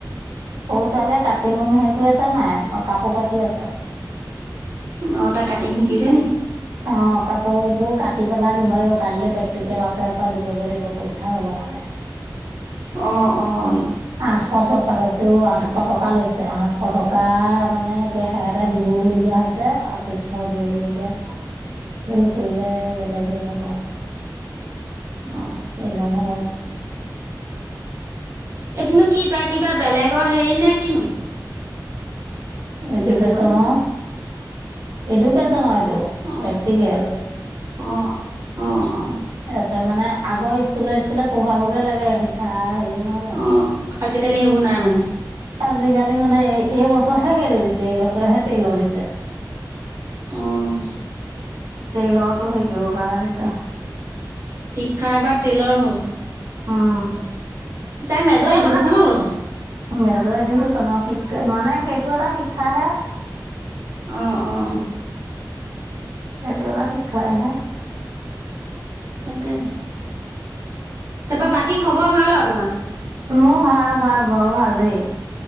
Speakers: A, on the right; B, on the right.
A: সৰু ছোৱালীয়ে কাটিং সেই কৰি আছে নাই কাপোৰ কাটি আছে।
B: অ তাই কাটিং শিকিছে নি?
A: অঁ কাপোৰবোৰ কাটি পেলাই নিব <unintelligible> টিকেল আছে দিবগে লাগিব পৰীক্ষা ল'ব মানে।
B: অঁ অঁ
A: আঠশ টকা লৈছে অ' আঠশ টকা। টকা লৈছে আঠশ টকা, মানে এতিয়া সে এটা দিবওলগীয়া হৈছে আৰু পৰীক্ষাও দিব লাগিব এতিয়া। ফেল কৰিলে বেলেগে হ'ব আ
B: অ
A: <unintelligible>
B: এইটোনো কি তাইৰ কিবা বেলেগৰ হেৰি নে কিনো? নিজে
A: এডুকেশচনৰ,
B: গৰু আনিলে
A: এডুকেশচনৰ
B: অ
A: প্ৰেকটিকেল।
B: অ অ অ
A: ইয়াতে মানে আগৰ স্কুলে স্কুলে পঢ়োৱাবগে লাগে শিক্ষা হেৰিয় নহয় জানো
B: অ আজিকালি সেইবোৰ নাই মানে?
A: আজিকালি মানে এই এইবছৰহে <unintelligible> দিছে এইবছৰহে তেলৰ দিছে
B: অহ
A: তেলৰটো হেৰি কৰিবৰ কাৰণে দিছে।
B: শিক্ষা এবা তেলৰ হ'ল।
A: অঁহ,
B: তাই মেজৰ
A: সে
B: ইডুকেশ্যনত
A: মানে
B: লৈছে
A: মেজৰ এডুকেশনত শিক মানে সেইটো এটা শিক্ষাহে।
B: অ অ
A: সেইটো এটা শিক্ষাই হে।
B: তাকেহে। তাৰ পা বাকী খবৰ ভাল আৰু তোমাৰ।
A: মোৰ ভাল ভাল ব ভাল দেই।